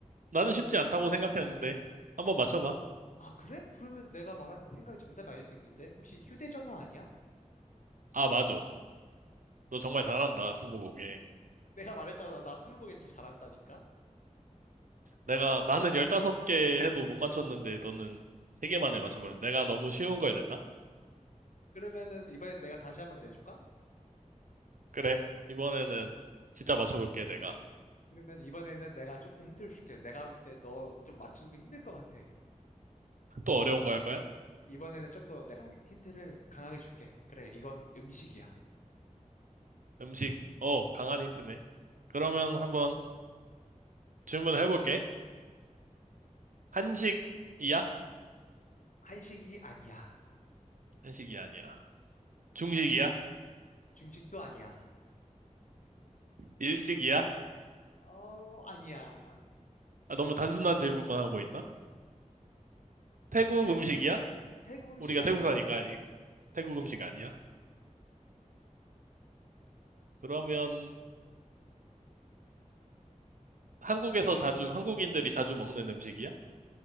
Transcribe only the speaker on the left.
아, 그래? 그러면 내가 말한 생각이 정답이 아닐 수 있는데? 혹시 휴대전화 아니야? <laughs>
내가 말했잖아. 나 스무고개 진짜 잘한다니까?
그러면은 이번엔 내가 다시 한번 내줄까?
그러면 이번에는 내가 좀 더 힌트를 줄게. 내가 볼 때 너 좀 맞추는 거 힘들 것 같아.
이번에는 좀 더 내가 힌트를 강하게 줄게. 그래, 이건 음식이야.
한식이 아니야.
중식도 아니야.
어, 아니야.
아니야.
태국 음식
아니고,